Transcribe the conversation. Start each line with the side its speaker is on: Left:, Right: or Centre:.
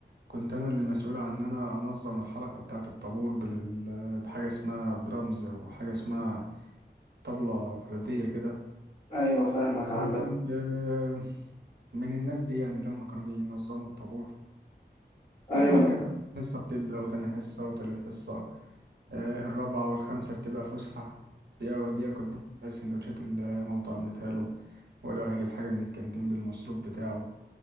Right: كنت أنا اللي مسؤول عن إن أنا أنظم الحركة بتاعة الطابور بال- بحاجة اسمها درامز أو حاجة اسمها طبلة فردية كده
Left: أيوة فاهمك
Right: أنا
Left: عامة
Right: كنت آه، من الناس دي يعني لما كانوا بينظموا الطابور كان-
Left: أيوة
Right: يعني
Left: أنا
Right: كانت حصة بتبدأ وتاني حصة وتالت حصة آه، الرابعة والخامسة بتبقى فسحة بيقعد ياكل بقى سندوتشات اللي مامته عملتها له ولو هيجيب حاجة من الكانتين بالمصروف بتاعه